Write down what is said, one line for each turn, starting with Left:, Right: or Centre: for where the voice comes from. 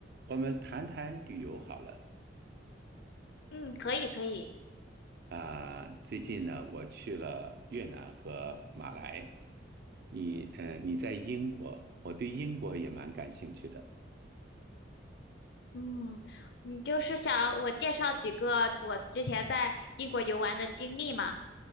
Right: 我们谈谈旅游好了
Left: 嗯，可以可以，
Right: 啊，最近呢，我去了越南和马来。你呃，你在英国，我对英国也蛮感兴趣的，
Left: 嗯，你就是想我介绍几个我之前在英国游玩的经历嘛？